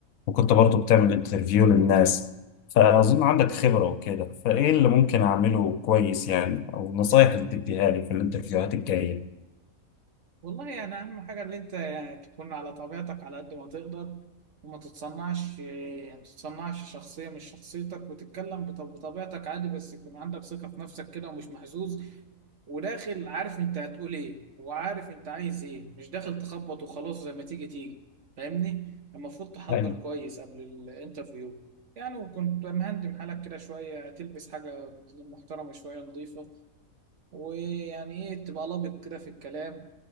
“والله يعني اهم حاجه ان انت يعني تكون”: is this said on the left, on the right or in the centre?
Right